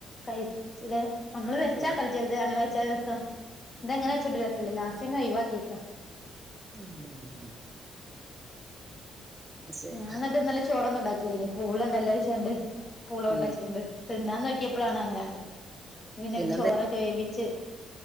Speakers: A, on the left; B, on the right.
A: കഴിച്ചില് നമ്മള് വെച്ചാണ്ടല്ലോ.
B: തിന്ന
A: ചിലത് അങ്ങനെവേച്ച രസം ഇത് യെങ്ങനെവേച്ചിട്ടും രസംല്ല ലാസ്റ്റ് യെന്നെ ഒഴവാക്കിക്കാ.
B: <unintelligible> ശരി
A: ഞാൻ ഇന്നിട്ട് ഇന്നലെ ചോറൊന്നും ഉണ്ടാക്കില്ലന്ന് പൂള ഉണ്ടല്ലോ വിചാരിചാണ്ട്. പൂള കോണ്ടാച്ചിട്ടുണ്ട്
B: ഉം
A: തിന്നാന്ന് നോക്കിയപ്പോഴാണ് അങ്ങനെ കണ്ടത് പിന്നെ
B: പിന്നെന്ത്
A: ചോറ്. വേവിച്ച്.